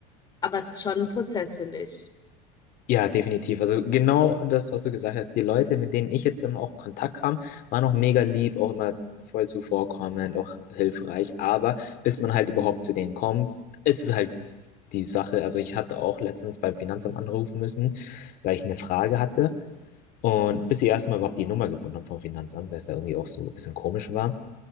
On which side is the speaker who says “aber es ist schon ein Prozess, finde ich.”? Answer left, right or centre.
Left